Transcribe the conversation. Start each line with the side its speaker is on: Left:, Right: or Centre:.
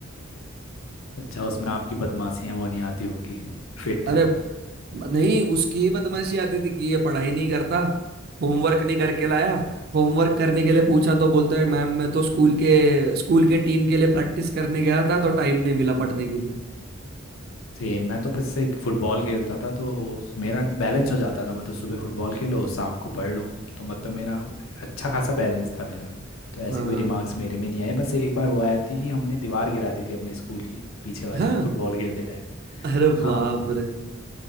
Left: अच्छा उसमें आपकी बदमाशियां वो नहीं आती होंगी फिट
Right: अरे नहीं उसकी ही बदमाशी आती थी कि ये पढ़ाई नहीं करता होमवर्क नहीं करके लाया होमवर्क करने के लिए पूछा तो बोलता है मैम मैं तो स्कूल के स्कूल के टीम के लिए प्रैक्टिस करने गया था तो टाइम नहीं मिला पढ़ने के लिए
Left: सेम मैं तो बस एक फुटबॉल खेलता था तो मेरा बैलेंस हो जाता था मतलब सुबह फुटबॉल खेलो शाम को पढ़ लो तो मतलब मेरा अच्छा खासा बैलेंस था मेरा तो ऐसे
Right: हाँ
Left: कोई
Right: हाँ
Left: रिमार्क्स मेरे में नहीं आए बस एक बार हुआ आया थी कि हमने दीवार गिरा दी थी अपने स्कूल की पीछे वाली
Right: हाँ
Left: फुटबॉल खेलते टाइम
Right: अरे
Left: हाँ
Right: बाप रे